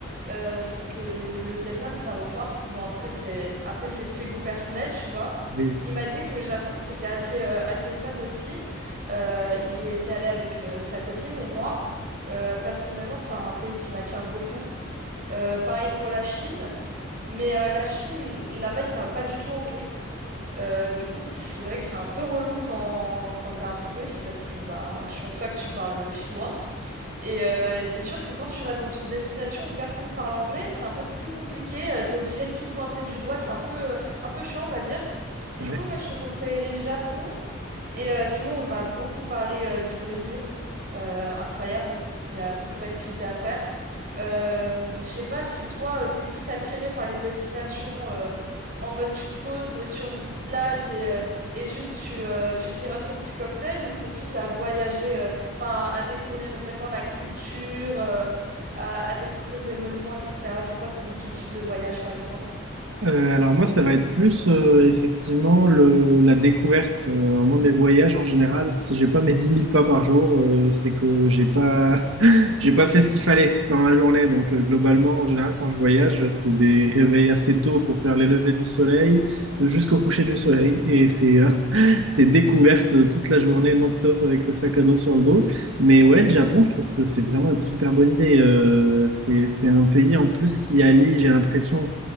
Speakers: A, on the right; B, on the right.
A: euh, c'est que les- le Vietnam, ça ressort. Bon, après, c'est après c'est de ses goûts personnels, tu vois.
B: Oui.
A: Il m'a dit que le Japon, c'était assez, euh, assez fun aussi. Euh, il y était allé avec euh, sa copine et moi. Euh, personnellement, c'est un pays qui m'attire beaucoup. Euh, pareil pour la Chine. Mais euh, la Chine, là-bas, ils parlent pas du tout anglais. Euh, du coup, c'est vrai que c'est un peu relou quand, quand t'es un touriste parce que bah, je pense pas que tu parles chinois. Et euh, c'est sûr que quand tu vas dans une destination où personne parle anglais, c'est un peu plus compliqué. euh, t'es obligé de tout pointer du doigt. C'est un peu, euh, un peu chiant, on va dire. Du
B: Ouais.
A: coup, moi, je te conseillerais Japon et euh, sinon, on m'a beaucoup parlé euh, du Brésil. Euh, incroyable. Il y a beaucoup d'activités à faire. Euh, je sais pas si toi, tu t'es plus attiré par les destinations euh, en mode tu te poses euh, sur une petite plage et, euh, et juste tu, euh, tu sirotes ton petit cocktail ou t'es plus à voyager, euh, enfin à découvrir vraiment la culture, euh, à, à découvrir des monuments, etc. C'est quoi ton, ton type de voyage, par exemple?
B: Euh, alors moi, ça va être plus euh, effectivement le, la découverte. Euh, moi, mes voyages en général, si j'ai pas mes dix mille pas par jour, euh, c'est que j'ai pas <laughs> j'ai pas fait ce qu'il fallait dans la journée. Donc euh, globalement, en général, quand je voyage, c'est des réveils assez tôt pour faire les levées du soleil jusqu'au coucher du soleil, et c'est euh, <laughs> c'est découverte euh, toute la journée non-stop avec le sac à dos sur le dos. Mais ouais, le Japon, je trouve que c'est vraiment une super bonne idée. Euh, c'est c'est un pays en plus qui allie, j'ai l'impression